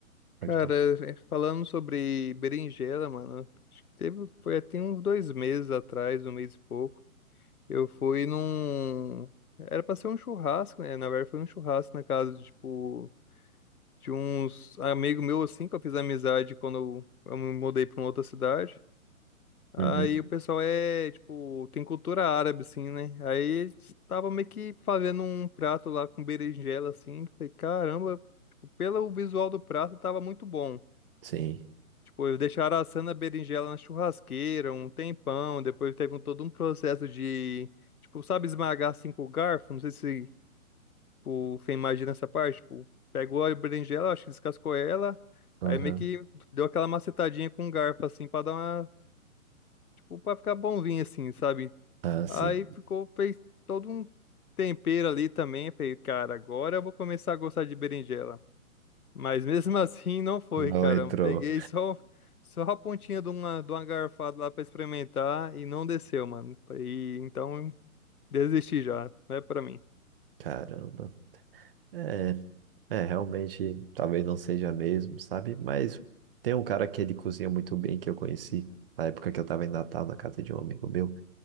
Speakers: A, on the right; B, on the left.
A: Pode
B: Cara,
A: tomar.
B: é, falando sobre berinjela, mano, acho que teve, foi até uns dois meses atrás, um mês e pouco. Eu fui num. Era pra ser um churrasco, né? Na verdade, foi um churrasco na casa, de, tipo, de uns amigo meu, assim, que eu fiz amizade quando eu eu me mudei pra uma outra cidade. Aí
A: Uhum.
B: o pessoal é, tipo, tem cultura árabe, assim, né? Aí eles estavam meio que fazendo um prato lá com berinjela, assim. Falei, caramba, tipo, pelo visual do prato, tava muito bom.
A: Sim.
B: Tipo, eu deixaram assando a berinjela na churrasqueira um tempão, depois teve um, todo um processo de, tipo, sabe esmagar assim com o garfo? Não sei se o você imagina essa parte, tipo, pegou a berinjela, acho que descascou ela,
A: Aham.
B: aí meio que deu aquela macetadinha com o garfo assim pra dar uma, tipo, pra ficar bonzinho assim, sabe?
A: Ah, sim.
B: Aí ficou, fez todo um tempero ali também, falei, cara, agora eu vou começar a gostar de berinjela. Mas mesmo <laughs> assim não foi,
A: Não
B: cara.
A: entrou.
B: Eu Peguei só, só a pontinha de uma, de uma garfada lá pra experimentar e não desceu, mano. E então desisti já, não é pra mim.
A: Caramba. É, é, realmente, talvez não seja mesmo, sabe? Mas tem um cara que ele cozinha muito bem que eu conheci na época que eu tava em Natal na casa de um amigo meu.